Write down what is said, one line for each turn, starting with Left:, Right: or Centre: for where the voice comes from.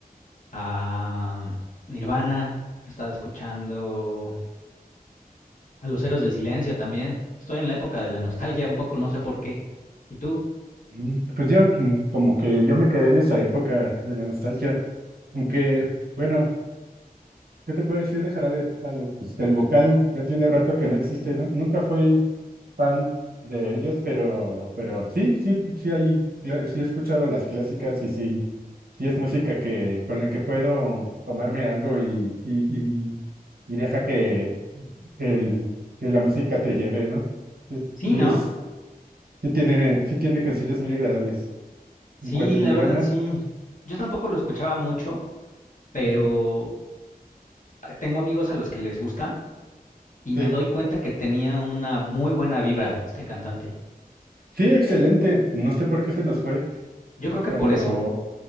Left: a Nirvana, he estado escuchando a Los Héroes del Silencio también. Estoy en la época de la nostalgia un poco, no sé por qué. ¿Y tú?
Right: Mm, Pues yo mm, como que yo me quedé en esa época de la nostalgia. Aunque, bueno, ¿qué te puedo decir de Jarabe de Palo? Pues del vocal ya tiene rato que no existe, ¿no? Nunca fui fan de ellos, pero, pero sí, sí, sí hay, cla- sí he escuchado las clásicas y sí, sí es música que, con la que puedo tomarme algo y, y, y y deja que que, el- que la música te lleve, ¿no? Sí, es,
Left: Sí,
Right: sí,
Left: ¿no?
Right: es, sí tiene, sí tiene canciones muy agradables.
Left: Sí,
Right: En cuanto
Left: la
Right: a Nirvana,
Left: verdad sí. Yo tampoco lo escuchaba mucho, pero
Right: ujú,
Left: eh, tengo amigos a los que les gusta. Y
Right: sí,
Left: me doy cuenta que tenía una muy buena vibra este cantante.
Right: sí, excelente. No sé por qué se nos fue
Left: Yo creo que
Right: cuando...
Left: por eso.